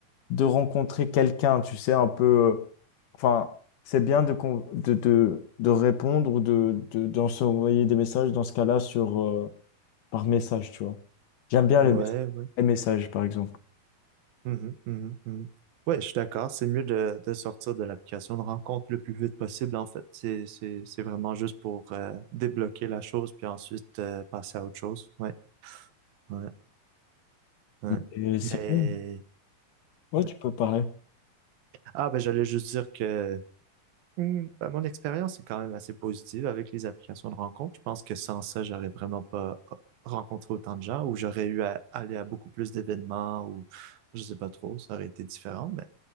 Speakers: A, on the left; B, on the right.
A: de rencontrer quelqu'un, tu sais, un peu... euh, Enfin, c'est bien de, con- de, de, de répondre ou de, de, d'en s'envoyer des messages dans ce cas-là sur, euh, par message, tu vois. J'aime bien
B: Ouais,
A: les, mess-
B: ouais.
A: les messages, par exemple.
B: Mhm, mhm, mhm. Ouais, je suis d'accord. C'est mieux de, de sortir de l'application de rencontre le plus vite possible, en fait. C'est, c'est, c'est vraiment juste pour euh, débloquer la chose, puis ensuite euh, passer à autre chose. Ouais, ouais, ouais.
A: Et c'est
B: Mais,
A: bon. ouais,
B: oui,
A: tu peux parler.
B: Ah, ben j'allais juste dire que hmm, ben, mon expérience est quand même assez positive avec les applications de rencontre. Je pense que sans ça, j'aurais vraiment pas euh, rencontré autant de gens ou j'aurais eu à aller à beaucoup plus d'événements ou je sais pas trop, ça aurait été différent, mais